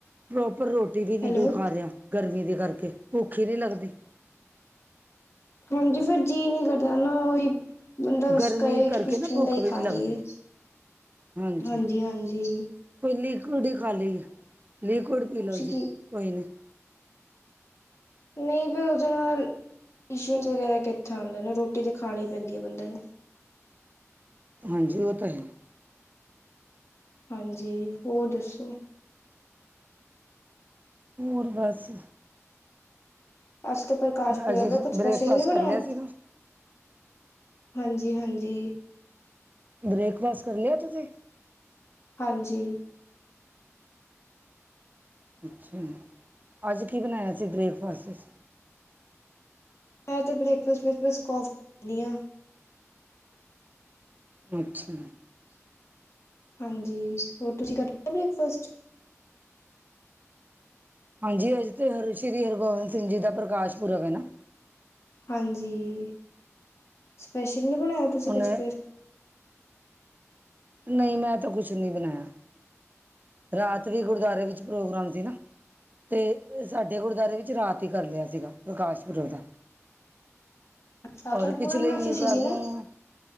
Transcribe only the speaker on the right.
ਪ੍ਰੋਪਰ ਰੋਟੀ ਵੀ ਨੀ
ਕੋਈ ਖਾ ਰੇਆ ਗਰਮੀ ਦੇ ਕਰਕੇ, ਭੁੱਖ ਈ ਨਈਂ ਲੱਗਦੀ।
ਗਰਮੀ
ਕਰਕੇ
ਨਾ
ਭੁੱਖ
ਵੀ
ਨਹੀਂ ਲੱਗਦੀ
ਹਾਂਜੀ।
ਕੋਈ ਲਿਕੁਅਡ ਈ ਖਾ ਲਈਏ, ਲਿਕੁਅਡ ਪੀ
ਲਓ ਜੀ,
ਕੋਈ ਨੀਂ
ਹਂਜੀ, ਔਹ ਤੈ ਹੈ।
ਪੂਰਬਜ਼।
ਅੱਜ
ਬ੍ਰੇਕਫਾਸਟ
ਕਰ ਲਿਆ ਸੀਗਾ
ਬ੍ਰੇਕਫਾਸਟ ਕਰ ਲਿਆ ਤੁਸੀਂ।
ਅੱਛਾ, ਅੱਜ ਕੀ ਬਨਾਇਆ ਸੀ ਬ੍ਰੇਕਫਾਸਟ 'ਚ।
ਅੱਛਾ।
ਹਾਂਜੀ ਅੱਜ ਤੇ ਹਰ ਸ਼੍ਰੀ ਹਰਗੋਬਿੰਦ ਸਿੰਘ ਜੀ ਦਾ ਪ੍ਰਕਾਸ਼ ਪੁਰਬ ਹੈ ਨਾ।
ਉਹਨੇ
ਨਹੀਂ ਮੈਂ ਤਾਂ ਕੁਛ ਨੀ ਬਨਾਇਆ ਰਾਤ ਵੀ ਗੁਰਦੁਆਰੇ ਵਿੱਚ ਪ੍ਰੋਗਰਾਮ ਸੀ ਨਾ। ਤੇ ਸਾਡੇ ਗੁਰਦੁਆਰੇ ਵਿੱਚ ਰਾਤ ਹੀ ਕਰ ਲਿਆ ਸੀਗਾ ਪ੍ਰਕਾਸ਼ ਪੁਰਬ ਦਾ।
ਹੋਰ
ਪਿਛਲੇ
ਵੀਰਵਾਰ
ਨੂੰ